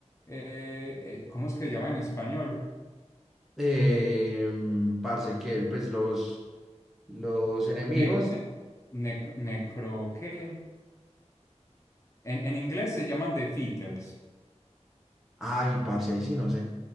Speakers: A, on the left (about 25°); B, in the centre.
A: eh, eh, ¿cómo es que se llama en español?
B: Eh, parce, que pues los, los enemigos...
A: Ne- ne- nec- necro, ¿qué? En, en inglés se llaman defeaters,
B: Ay, parce, ahí sí no sé.